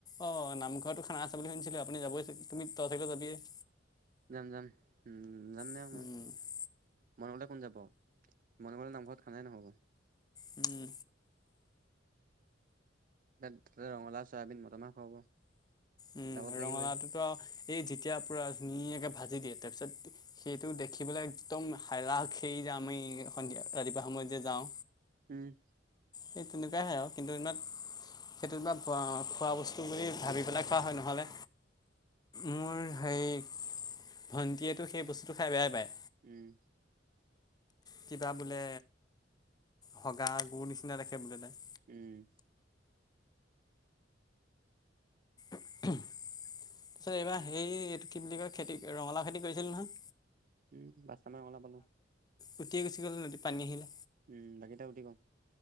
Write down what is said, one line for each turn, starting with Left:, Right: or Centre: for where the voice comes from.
Left: অ নামঘৰতো খানা আছে বুলি শুনচিলো আপুনি যাবই তুমি তই চাগে যাবিয়ে-
Right: যাম যাম উম যাম দে
Left: যাবিয়ে
Right: অ মই মই নগলে কোন যাব মই নগলে নামঘৰত খানাই নহ'ব
Left: উম
Right: দা তাতে ৰঙালাও চয়াবিন মটৰ মাহ খোৱাব
Left: উম
Right: জাবত
Left: ৰঙালাওটোতো
Right: লাগিবই
Left: আৰু এই যেতিয়া পুৰা ধুনীয়াকে ভাজি দিয়ে তাৰ পিছত সেইটো দেখিবলৈ একদম হাইৰাক সেই যামই সন্ধিয়া ৰাতিপুৱা সময়ত যে যাওঁ
Right: উম
Left: সেই তেনেকুৱাই হয় আও কিন্তু ইমান সেইটো কিবা ব অ খোৱা বস্তু বুলি ভাবি পেলাই খোৱা হয় নহ'লে মোৰ হেই ভন্টিয়েতটো সেই বস্তুটো খাই বেয়াই পায়
Right: উম
Left: কিবা বোলে সগা গুৰ নিচিনা দেখে বোলে তাই
Right: উম
Left: <unintelligible> তাৰপিছত এইবাৰ হে এইটো কি বুলি কয় খেতি ৰঙালাও খেতি কৰিছিলো নহয়
Right: উম পাঁচটা মান ৰঙালাও পালো
Left: উুটিয় গুচি গ'ল নদীত পানী আহিলে
Right: উম বাকিটা উুটি ক